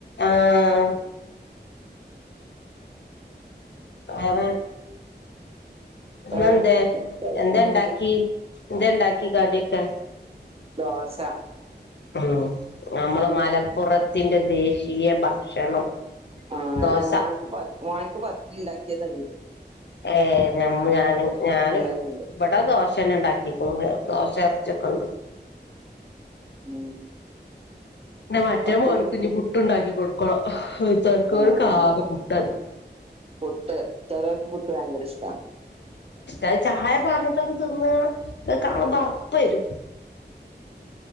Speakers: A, on the left; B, on the right.
A: ആഹ്. വേറെ ഇന്നെന്തേ
B: വേറെങ്ങനെ പോണ് കൊഴപ്പൊന്നുല്ല
A: എന്തേണ്ടാക്കി? ന്തേണ്ടാക്കി കടിയൊക്കെ?
B: ദോശ
A: ഉം നമ്മള് മലപ്പുറത്തിന്റെ ദേശീയ ഭക്ഷണം.
B: ഉം.
A: ദോശ
B: അല്ല മോൻക്ക് പത് മോൻക്ക് പത്തിരി ഇണ്ടാക്കിയത്ണ്ട്.
A: ഏഹ് ഞമ്മ ഞാനും ഞാനും
B: കറിണ്ട്
A: ഇവടെ ദോഷന്നെ ഇണ്ടാക്കി. <unintelligible> ദോഷേ എർ ച്ചിക്കെണ്ട്.
B: ഉം
A: പിന്നെ മറ്റേ
B: പത്തിരി
A: മോൻക്ക് ഇഞ്ഞ് പുട്ടുണ്ടാക്കി കൊട്ക്കണം. <unintelligible>
B: ആഹ്
A: ആകെ പുട്ടതി.
B: പുട്ട് ചേലോല്ക്ക് പുട്ട് ഭയങ്കര ഇഷ്ട.
A: അയ് ചായ പാറ്ന്നിട്ടാണ് തിന്ന കാണുമ്പ അർപ്പ് വരും.